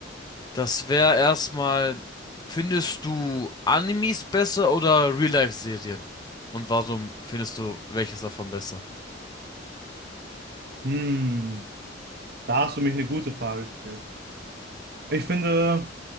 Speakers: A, on the left; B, on the right.
A: Das wäre erstmal, findest du Animes besser oder Real-Life-Serien? Und warum findest du welches davon besser?
B: Hm, da hast du mich eine gute Frage gestellt. Ich finde